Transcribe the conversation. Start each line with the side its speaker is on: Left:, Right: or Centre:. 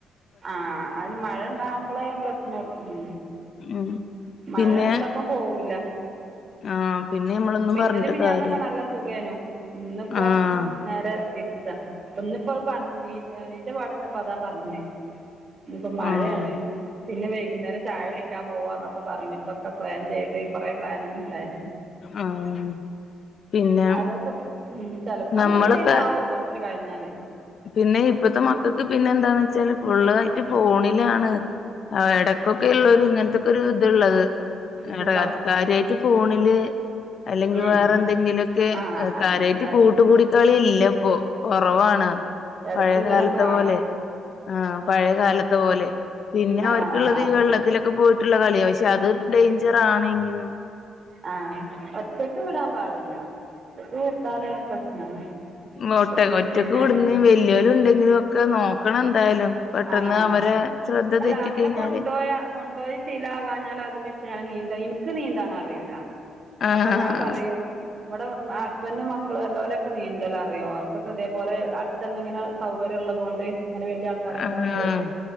Right: ആഹ് അയ്ന് മഴണ്ടാവുമ്പളേ പ്രശ്നൊൾ ഉം
Left: ഉം
Right: മഴ
Left: പിന്നെ
Right: ഉള്ളപ്പം പോവില്ല
Left: ആഹ് പിന്നെ നമ്മളൊന്നും
Right: ഇപ്പം ഇന്നെലിം
Left: പറഞ്ഞിട്ട്
Right: മിനിയാന്നൊക്കെ
Left: കാര്യല്ല
Right: നല്ല സുഖേനു ഇന്ന്പ്പം
Left: ആഹ്
Right: നേരെ തിര് ച്ചാ പ്പം ഇന്ന്പ്പോ അത് പർഞ്ഞ് നി എണീറ്റ പാടന്നെപ്പതാ പർഞ്ഞേ ന്ന് പ്പം മഴയാണ്
Left: ആഹ്
Right: പിന്നെ വെയ്കുന്നേരം ചായ കുടിക്ക്യാൻ പോവാന്നൊക്കെ പറഞ്ഞിട്ടൊക്കെ പ്ലാൻ ചെയ്ത് കൊറേ പ്ലാനിങ് ഇണ്ടായ്
Left: ആഹ് പിന്നെ
Right: അതൊക്കെ ഉം ചെലപ്പഞ്ഞ്
Left: നമ്മളൊക്കെ
Right: വെയ്ലാവും കൊറ്ച്ച് കഴിഞ്ഞാല്
Left: പിന്നെ ഇപ്പത്തെ മക്കക്ക് പിന്നെന്താന്ന് വെച്ചാല് ഫുള്ളായിട്ട് ഫോണിലാണ് അവടെ ക്കൊക്കേള്ളാെരു ഇങ്ങൻത്തൊക്കാെരു ത്ള്ളത് <unintelligible>
Right: ചൂടാവും
Left: ടെ കാര്യായ്ട്ട് ഫോണില് അല്ലെങ്കി
Right: ഉം
Left: വേറെ എന്തെങ്കിലൊക്കെ
Right: ആഹ് അയിന്
Left: കാര്യായിട്ട്
Right: എട്
Left: കൂട്ടുകൂടിക്കളി ഇല്ലപ്പൊ കൊറവാണ്
Right: എടെക്ക്
Left: പഴയ
Right: ഇങ്ങനൊക്കെ
Left: കാലത്തെ
Right: വാണം
Left: പോലെ ആഹ് പഴേകാലത്തെ പോലെ പിന്നെ
Right: ആഹ്
Left: അവര്ക്ക്ള്ളത്
Right: അത്
Left: ഈ വെള്ളത്തിലൊക്കെ പോയിട്ട്ള്ള കള്യാ പക്ഷെ അത് ഡെയിഞ്ചറാണെങ്കിലും
Right: ആഹ് ഒറ്റക്ക് വിടാം പാടില്ല ഒറ്റക്ക് വിട്ടാലഹ് പ്രശ്നാണ്
Left: ങ്ങോട്ട്
Right: ഒരുമി
Left: ഒറ്റക്ക്
Right: പിന്നെ
Left: വ്ടെന്നേം വെല്ല്യോല്ണ്ടെങ്കിലും ഒക്കെ നോക്കണെന്തായാലും പെട്ടെന്ന്
Right: ആഹ്
Left: അവരെ ശ്രദ്ധതെറ്റി
Right: അല്ല അങ്ങനെ
Left: കഴിഞ്ഞാല്
Right: കൊണ്ടോയ കൊണ്ടോയി ശീലാവാഞ്ഞാലത് വിഷയാ നീന്ത ഇൻക്ക് നീന്താനറിയൂല
Left: ആഹ്
Right: അപ്പം ഞാ പറയും ഇവടെ വന്നാ ഹസ്ബൻഡും മക്കളും എല്ലാ ഓലൊക്കെ നീന്തലറിയും ഓൽക്കൊക്കെ ഇതേപോലെ അട്ത്ത് ന്നെ ഇങ്ങനെ സൗകര്യള്ളതുകൊണ്ട് ഇങ്ങനെ വല്ല്യ ആൾക്കാരെ
Left: ആഹ്
Right: കൂടെ പോയിട്ട്